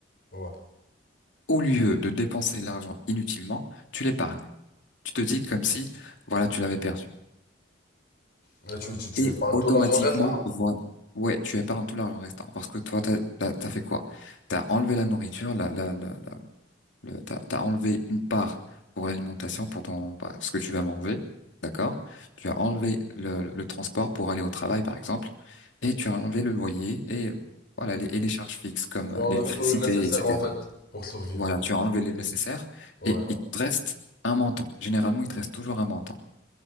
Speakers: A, on the left (about 55°); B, on the left (about 75°).
A: ouais.
B: Au lieu de dépenser l'argent inutilement, tu l'épargnes. Tu te dis comme si, voilà, tu l'avais perdu.
A: Mais tu, tu, tu
B: Et
A: épargnes
B: automatiquement,
A: tout l'argent restant.
B: voilà. Ouais, tu épargnes tout l'argent restant. Parce que toi, t'as, t'as, t'as fait quoi? T'as enlevé la nourriture, la, la, la, Le- T'as, t'as enlevé une part pour l'alimentation, pour ton, bah, ce que tu vas manger, d'accord? Tu as enlevé le, le transport pour aller au travail, par exemple, et tu as enlevé le loyer et euh, voilà les, et les charges fixes comme
A: Tu
B: euh,
A: enlèves
B: l'électricité,
A: tout le nécessaire
B: etc.
A: en fait pour survivre.
B: Voilà, tu as enlevé le nécessaire
A: Ouais,
B: et il te reste un montant. Généralement, il te reste toujours un montant,